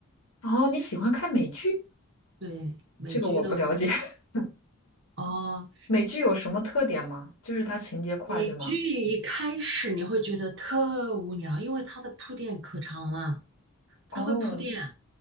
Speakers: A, on the left; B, on the right.
A: 哦，你喜欢看美剧？
B: 对美剧的话，
A: 这个我不了解。<laughs>
B: 哦，
A: 美剧有什么特点吗？就是它情节快，
B: 美剧一开始你会觉得特无聊，
A: 对吗？
B: 因为它的铺垫可长了，它会铺垫。
A: 哦，